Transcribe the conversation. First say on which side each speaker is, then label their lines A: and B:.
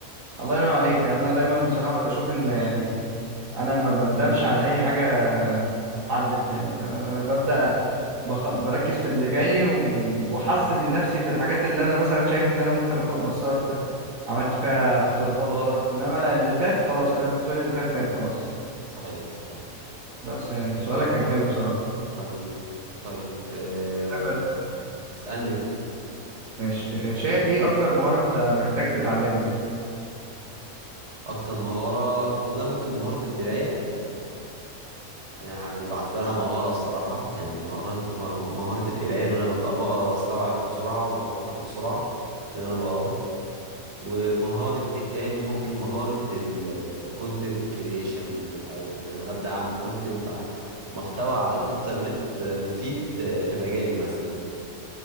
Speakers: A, on the right; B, on the right.
A: الله ينور عليك انا دايما
B: مم.
A: بصراحه بشوف ان يعني انا ما بندمش على اي حاجه عدت يعني فانا انا ببدا بخ... بركز في اللي جاي و- واحسن من نفسي في الحاجات اللي انا مثلا شايف ان انا ممكن اكون قصرت عملت فيها تصرفات غلط انما اللي فات خلاص انا بالنسبه لي اللي فات مات خلاص
B: صحيح صحيح
A: بس يعني سؤالك كان حلو بصراحه
B: حبيبي طيب آم،
A: معاك ولا تسأل؟
B: اسألني انت
A: ماشي شايف ايه اكتر مهاره انت محتاج تتعلمها
B: اكتر مهارة والله ممكن مهارة القراية يعني بعتبرها مهارة الصراحة يعني مهارة م- مهارة القراية اللي انا ببقى بقرا واستوعب بسرعة وافهم بسرعة اللي انا بقراه ومهارة ايه تاني ممكن مهارة الكونتنت كرييشن او يعني إن انا ابدأ اعمل كونتنت محتوى على الانترنت آه، مفيد آه، في مجالي مثلا